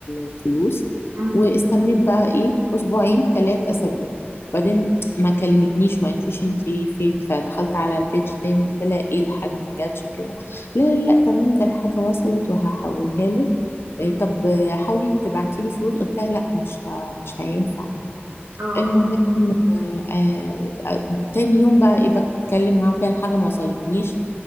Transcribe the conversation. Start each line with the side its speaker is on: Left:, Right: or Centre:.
Left: الفلوس
Right: امم
Left: واستنيت بقى ايه اسبوعين ثلاث اسابيع بعدين ما كلمتنيش ما قالتليش انت فين فدخلت على البيج تاني قلت لها ايه الحاجه ما جاتش وكده لا لا لا تمام ده الحاجه وصلت وهحولها لك
Right: امم
Left: إيه طب آه، حاولي تبعتي لي فلوس قلت لها لا مش ه... مش هينفع يعني
Right: اه اه
Left: المهم آه، آه، آه، تاني يوم بقى ايه بتكلم معاه وكده الحاجة ما وصلتنيش